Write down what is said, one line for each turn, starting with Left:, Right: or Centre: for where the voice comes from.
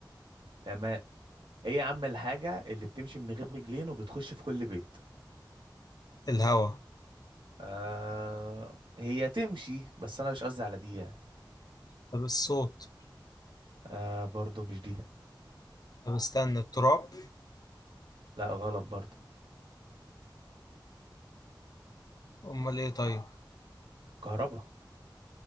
Right: تمام ايه يا عم الحاجه اللي بتمشي من غير رجلين وبتخش في كل بيت
Left: الهوا
Right: آه هي تمشي بس انا مش قصدي على دي يعني
Left: طب الصوت
Right: آه برضو مش دي
Left: طب استنى التراب
Right: لا غلط برضو
Left: أمال إيه طيب
Right: كهربا